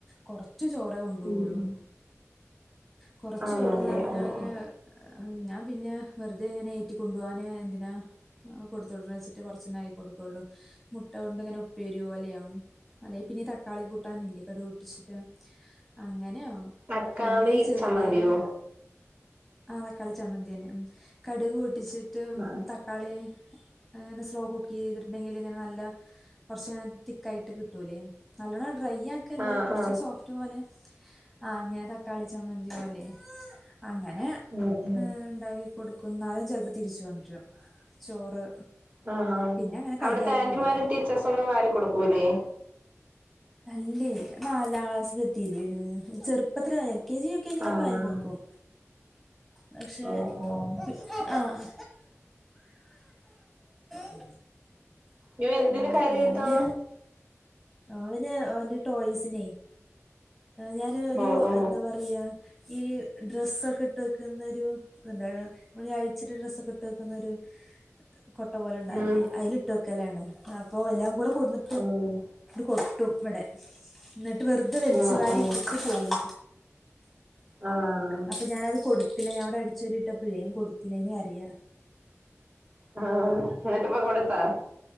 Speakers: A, in the centre; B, on the right (about 35°).
A: കൊറച്ച് ചോറെ കൊണ്ടോകൊള്ളൂ
B: ഉം ഉം
A: കൊറച്ച്
B: ആണല്ലേ
A: ചോറന്ന് പറഞ്ഞാല്
B: ആഹ് ആഹ്
A: ഏഹ് ഞാൻ പിന്നെ വെറുതെ ഇങ്ങനെ ഏറ്റി കൊണ്ടുപോകാൻ എന്തിനാ കൊടുത്തുവിട്ന്ന് വെച്ചി ട്ട് കൊറച്ചൊന്നൊള്ളു ആക്കി കൊടുക്കയുള്ളൂ മുട്ട കൊണ്ട് ഇങ്ങനെ ഉപ്പേരി പോലെയോ അല്ലെ പിന്നെ തക്കാളി കൂട്ടാനില്ലേ കടു പൊട്ടിച്ചിട്ട് അങ്ങനെയോ
B: തക്കാളി
A: പിന്നെ ഈ ചെറുപയറ്
B: ചമ്മന്തിയോ
A: ആഹ് തക്കാളി ചമ്മന്തി തന്നെ ഉം കടുക് പൊട്ടിച്ചിട്ട്
B: ആഹ്
A: ത തക്കാളീ ഏ സ്ലോ കുക്ക് ചെയ്തിട്ടുണ്ടെങ്കിൽ ഇങ്ങനെ നല്ല ല്ല കൊറച്ചിങ്ങനെ തിക്കായിട്ട് കിട്ടൂലെ നല്ലണം ഡ്രൈ ആക്കല്ല
B: ആഹ്
A: കൊറച്ച്
B: ആഹ്
A: സോ ഫ്റ്റ് പോലെ ആഹ് അങ്ങനെ തക്കാളി ചമ്മന്തി പോലെ അങ്ങനെ
B: ഉം ഉം
A: ഏഹ് ഇണ്ടാക്കി കൊടുക്കും ഇന്നാലും ചെലപ്പോ തിരിച്ച് കൊണ്ടരും ചോറ്.
B: ആഹാ
A: പിന്നെ അങ്ങനെ കടിയായി
B: അവിടത്തെ ആന്റിമാരും
A: കൊടുക്കും
B: ടീച്ചേഴ്സും ഒന്നും വാരി കൊടുക്കൂലെ?
A: അല്ലെ നാലാം ക്ലാസ്സില് എത്തിയില്ലെ ചെറുപ്പത്തില് L K G. U K G യിലൊക്കെ
B: ആഹ്
A: വാരികൊടുക്കും. പക്ഷെ
B: ഓഹ് ഓഹ്
A: ആഹ് ആഹ്. ആ
B: യൂ എന്തിന്
A: ഉം
B: കരയിത്താ.
A: പിന്നെ അവന് അവന്റെ ടോയ്സിനെ ഞാൻ
B: ഓ
A: ഒരു
B: ഓ
A: എന്താ പറയാ ഈ ഡ്രസ്സൊക്കെ ഇട്ട് വെക്കുന്നൊരു നമ്മള് ഈ അഴിച്ചിട്ട് ഡ്രസ്സൊക്കെ ഇട്ട് വെക്കുന്നൊരു കൊട്ട പോലെണ്ടാവില്ലേ
B: ഉം
A: അയില് ഇട്ട് വെക്കലാണ് അപ്പൊ എല്ലാം കൂടെ കൊട്ന്ന്
B: ഉം.
A: കൊട്ടും ഇവിടെ എന്നിട്ട് വെറുതെ വെലിച്ച്
B: ഓ
A: വാരി
B: ഓ
A: ഇട്ടിട്ട് പോവും.
B: ആഹ്
A: അപ്പൊ ഞാനത് കൊടുത്തില്ല ഞാൻ ഇവിടെ ച്ചൊരിട്ടപ്പഴേ വേം കൊടുത്തില്ലനി കരയ.
B: ആഹ് എന്നിട്ടിപ്പ കൊടുത്താ